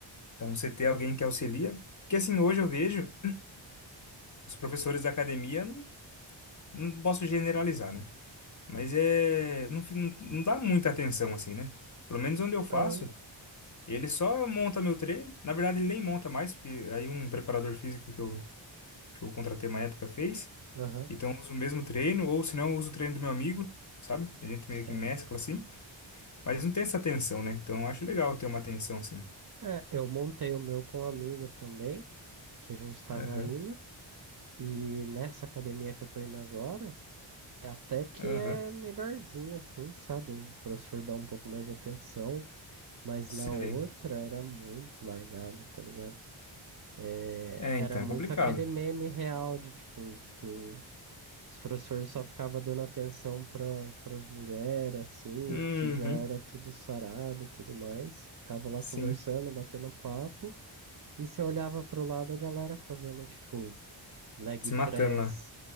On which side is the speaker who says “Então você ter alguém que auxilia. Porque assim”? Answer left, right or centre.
Left